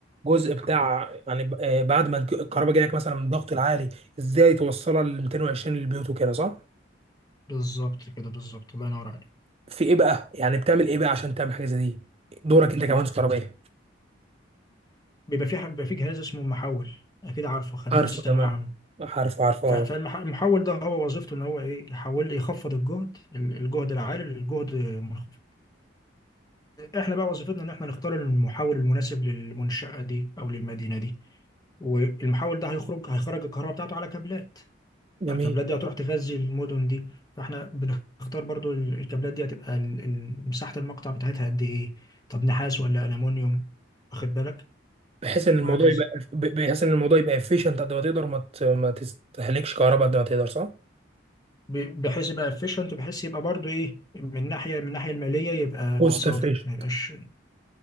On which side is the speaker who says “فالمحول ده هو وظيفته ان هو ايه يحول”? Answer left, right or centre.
Left